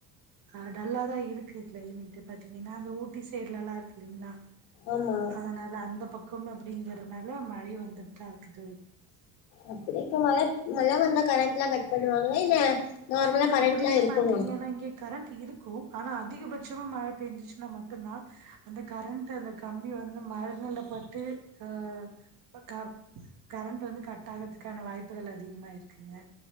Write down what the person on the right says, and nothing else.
அஹ் டல்லாதா இருக்கு கிளைமேட்டு பாத்தீங்கனா அந்த ஊட்டி சைட்லலா இருக்கு இல்லைங்ளா
அதனால அந்த பக் கம் அப்படிங்கறனால மழை வந்துட்டு தா இருக்குது
இங்க
எப்படின்னு
பாத்தீங்கன்னா இங்க கரண்ட் இருக்கும் ஆனா அதிகபட்சமா மழ பேஞ்சுச்சுன்னா மட்டு தா அந்த கரண்ட் அந்த கம்பி வந்து மரங்கள்ல பட்டு அ கரண்ட் வந்து கட் ஆகறதுக்கான வாய்ப்புகள் அதிகமா இருக்குங்க